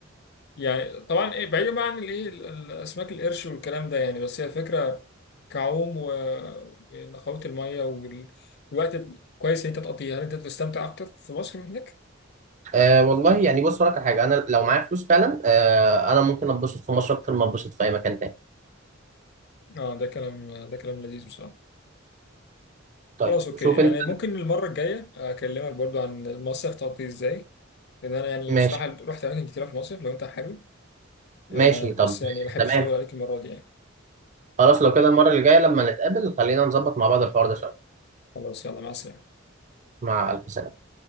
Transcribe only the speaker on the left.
يعني طبعا ايه بعيدا بقى عن الايه ال- الاسماك القرش والكلام ده يعني بس هي الفكره كعوم و- ونقاوه الميه وال- والوقت ال- كويس ان انت تقضيه هل انت تستمتع اكتر في مصر من هناك؟
اه ده كلام ده كلام لذيذ بصراحه
خلاص اوكي
يعني
ممكن المره الجايه اكلمك برضو عن المصيف تقضيه ازاي لان انا يعني
بصراحه رحت اماكن كتيره في المصيف لو انت حابب
آه بس
يعني ما احبش
اطول عليك المره دي يعني
خلاص يلا مع السلامه